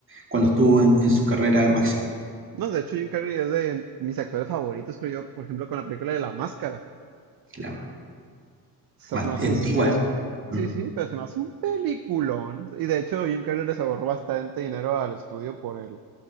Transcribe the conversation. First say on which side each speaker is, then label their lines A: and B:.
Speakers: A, on the right; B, on the right.
A: cuando estuvo en, en su carrera máxima.
B: No, de hecho, Jim Carrey es de mis actores favoritos, creo yo, por ejemplo, con la película de La Máscara.
A: La
B: O sea,
A: más
B: se me hace
A: antigua.
B: un... Sí,
A: mm.
B: sí, pero se me hace un peliculón. Y de hecho, Jim Carrey les ahorró bastante dinero al estudio por el,